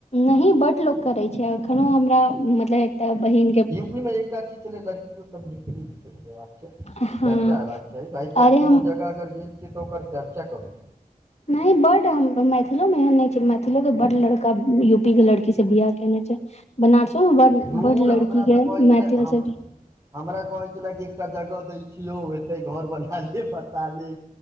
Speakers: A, on the left; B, on the right.
A: नहि बड लोक करै छै एखनो हमरा मतलब एकटा बहिनके
B: मे एकटा चीज छलै लड़कियो सब नीक नीक
A: हँ
B: चर्चा हेबाक चाही भाई किये
A: अरे हम
B: कोनो जगह अगर गेल छियै तऽ ओकर चर्चा करू
A: नहि बड मैथिलो मे एहन नहि छै मैथिलो के बड लड़का यूपी के लड़की से बियाह केने छै बनारसों मे बड
B: दूर
A: बड
B: हमरा
A: लड़की के
B: तऽ कहै छलै
A: मैथिल
B: हम
A: सब
B: हमरा कहै छलै कि एकटा जगह दै छियौ एते घर बना ले बसा ले